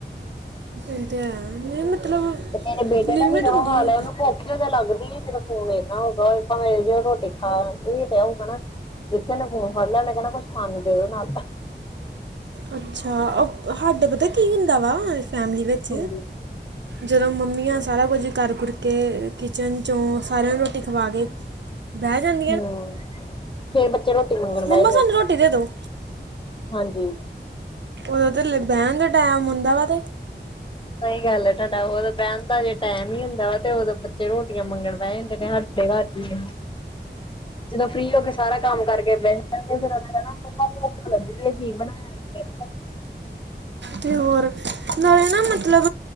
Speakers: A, on the right; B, on the left.
A: ਏ ਤੇ ਐ ਮਤਲਬ
B: ਤੇ ਮੇਰੇ ਬੇਟੇ
A: ਲਿਮਿਟ
B: ਦਾ ਵੀ ਓ
A: ਹੁੰਦੀ
B: ਹਾਲ
A: ਆ
B: ਐ, ਓਨੂੰ ਭੋਖ ਈ ਓਦੋ ਲਗਦੀ ਤਜਦੋਂ ਫੋਨ ਵੇਖਨਾ ਹੋਏਗਾ, ਓੰ ਭਾਵੇਂ ਜਦੋਂ ਰੋਟੀ ਖਾ ਈ ਰੇਯਾ ਹੋਊਗਾ ਨਾ ਜਿੱਥੇ ਓਨੇ ਫੋਨ ਫੜ ਲਿਆ ਨਾਂ, ਓਨੇ ਕੈਣਾ ਬਸ ਪਾਣੀ ਦੇਦੋ ਨਾਲ।
A: ਅੱਛਾ, ਹਾਡੇ ਪਤਾ ਕੀ ਹੁੰਦਾ ਵਾ, ਫੈਮਲੀ ਵਿੱਚ
B: ਹਾਂਜੀ
A: ਜਦੋਂ ਮੰਮੀਆਂ ਸਾਰਾ ਕੁਝ ਕਰ ਕੁੁਰ ਕੇ ਕਿਚਨ 'ਚੋਂ ਸਾਰਿਆਂ ਨੂੰ ਰੋਟੀ ਖਵਾ ਕੇ
B: <inaudible>
A: ਬੈਹ ਜਾਨ
B: ਹੂੰ ਫੇਰ ਬੱਚੇ ਰੋਟੀ ਮੰਗਣ ਬੈਹ
A: ਮੰਮਾ
B: ਜਾਦੇ,
A: ਸਾਨੂੰ ਰੋਟੀ ਦੇ ਦਿਉ
B: ਹਾਂਜੀ।
A: ਓਦੋਂ ਤੇ ਬੈਂਣ ਦਾ ਟੈਮ ਹੁੰਦਾ ਵਾ ਤੇ।
B: ਸਈ ਗੱਲ ਐ, ਤੂਆਡਾ ਓਦੋ ਬੈਂਣ ਦਾ ਅਜੇ ਟੈਮ ਈ ਹੁੰਦਾ। ਵਾ ਤੇ ਓਦੋਂ ਬੱਚੇ ਰੋਟੀਆਂ ਮੰਗਣ ਬੈ ਜਾਂਦੇ ਨੇ ਸਾਡੇ ਘਰ ਵੀ। ਜਦੋਂ ਫ੍ਰੀ ਹੋ ਕੇ ਸਾਰਾ ਕੰਮ ਕਰਕੇ ਬੈਹ ਜਾਂਗੇ, ਫੇਰ ਕੈਣਾ ਮੱਮਾ ਭੁੱਖ ਲੱਗੀ ਏ, ਕੀ ਬਣਾਯਾ? <inaudible>
A: ਤੇ ਹੋਰ, ਨਾਲੇ ਨਾ ਮਤਲਬ